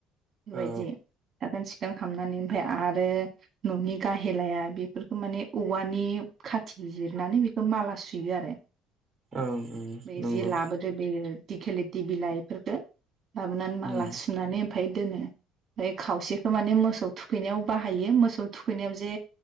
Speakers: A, on the right; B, on the right.
A: बि बायदि
B: औ
A: साखोन सि दां खामनानै ओमफ्राय आरो ननि गाहेलाया बिफोरखौ माने औवानि खाथिजिर नानिबिखौ माला सुयो आरो
B: औ उम
A: बै
B: नंगौ।
A: जि लाबोदो बे दिखेलिथि बिलाइ फोरखौ लाबोनानै माला
B: उम
A: सुनानै ओम ओमफाय दोनो ओफ्राय खावसेखौ माने मोसौ थुखैनायाव बाहायो मोसौ थुखैनायाव जे